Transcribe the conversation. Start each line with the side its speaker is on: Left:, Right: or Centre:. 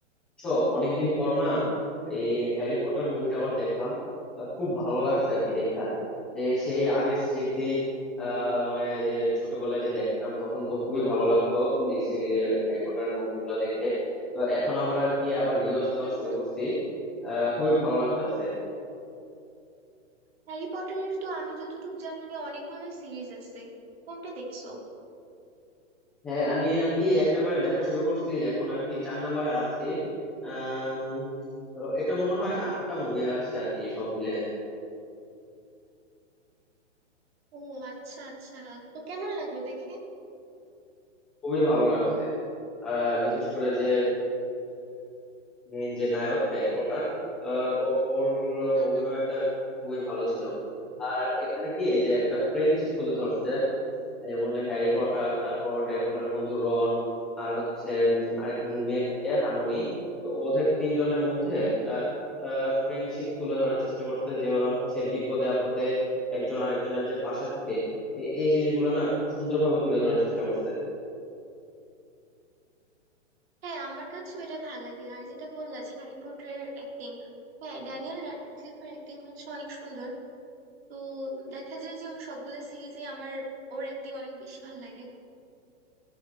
Centre: বুঝছো অনেকদিন পর না এই হ্যারি পটার মুভিটা আবার দেখলাম আহ, খুব ভালো লাগছে আর কি দেখা যে সেই আগের স্মৃতি আহ মানে যে ছোটবেলায় যে দেখতাম তখন তো খুবই ভালো লাগতো এই সিরিজ হ্যারি পটার মুভিগুলো দেখে তো এখন আবার আর কি আবার রিওয়াজ দেওয়া
Right: হুম,
Centre: শুরু করছি আহ খুবই ভালো লাগতাছে
Right: Harry পটারের তো আমি যতটুকু জানি অনেকগুলো সিরিজ আছে কোনটা দেখছো
Centre: হ্যাঁ আমি আর কি একটা করে দেখা শুরু করছি এখন আর কি চার নাম্বারে আছি আহ এটা মনে হয় আটটা মুভি আছে আর কি সব মিলে
Right: ও আচ্ছা আচ্ছা তো কেমন লাগলো দেখে
Centre: খুবই ভালো লাগছে আহ বিশেষ করে যে মেইন যে নায়ক হ্যারি পটার আহ, ও- ওর
Right: হুম
Centre: অভিনয়টা
Right: হুম
Centre: খুবই ভালো ছিল আর এখানে কি এই যে একটা ফ্রেন্ডশিপ তুলে ধরছে যেমন হ্যারি পটার তারপর হ্যারি পটারের বন্ধু রন আর হচ্ছে উম, আরেকজন মেয়ে থাকে হারমোনি তো ওদের তিনজনের মধ্যে একটা ফ্রেন্ডশিপ তুলে ধরার চেষ্টা করছে যে ওরা হচ্ছে বিপদে আপদে একজন আরেকজনের যে পাশে থাকে এ- এই জিনিসগুলো না খুব সুন্দরভাবে তুলে ধরার চেষ্টা করছে
Right: হ্যাঁ আমার কাছেও এটা ভালো লাগে আর যেটা বললা যে হ্যারি পটারের অ্যাক্টিং হ্যাঁ ড্যানিয়েল র্যাডক্লিফের অ্যাক্টিং হচ্ছে অনেক সুন্দর তো দেখা যায় যে ওর সবগুলো সিরিজে আমার ওর অ্যাক্টিং অনেক বেশি ভালো লাগে